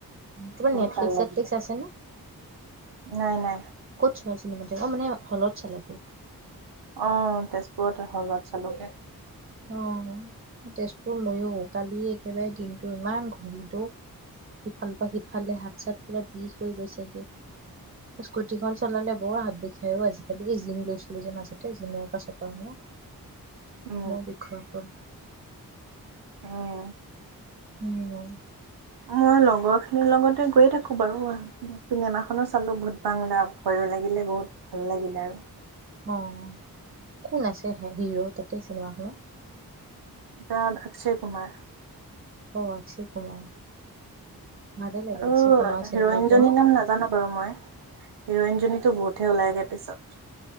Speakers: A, on the right; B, on the right.
A: তোমাৰ
B: বহুত
A: নেট
B: ভাল
A: পেক চেত
B: লাগিলে
A: পেক আছে নে
B: নাই নাই
A: ক'ত চোৱা চিনমাতে অ মানে হলত চালাগে
B: অঁ তেজপুৰত আৰু হলত চালোগে
A: অ তেজপুৰ মইয়ো কালি একেবাৰে দিনটো ইমান ঘূৰি দও ইফালৰ পৰা সিফালে হাত চাত পুৰা বিষ হৈ গৈছেগে স্কুটিখন চলালে বৰ হাত বিষায় অ' আজিকালি এই জিম লৈছিলো যে মাজতে জিমৰ পাছৰ পৰা মানে।
B: উম,
A: মও বিখৰ কৰ
B: অঁ।
A: উম।
B: মই লগৰ খিনিৰ লগত গৈয়ে থাকো বাৰু, চিনেমাখনো চালো বহুত <unintelligible> ভয়ো লাগিলে বহুত ভাল লাগিল আৰু।
A: অঁ। কোন আছে হে হিৰো তাতেই চিনেমাখনত
B: <unintelligible> অক্ষয় কুমাৰ।
A: অঁ অক্ষয় কুমাৰ। ভালে লাগে
B: আৰু
A: অক্ষয় কুমাৰ চিনেমাবোৰো।
B: হিৰইন জনীৰ নাম নাজানো বাৰু মই, হিৰইনজনীতো বহুতহে ওলাইগে পিছত।